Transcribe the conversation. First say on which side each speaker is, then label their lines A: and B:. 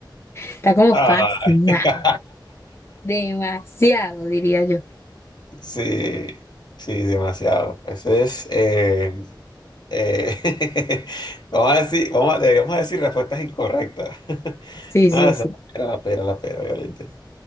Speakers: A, on the left; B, on the left.
A: Está como
B: ay.
A: fácil, nah,
B: <laughs>
A: Demasiado, diría yo.
B: Sí, sí, demasiado. Eso es, eh, eh, <laughs> vamos a decir, vamos a- deberíamos decir respuestas incorrectas. <laughs>
A: Sí,
B: No,
A: sí,
B: esa
A: sí.
B: era la pera, la pera, obviamente.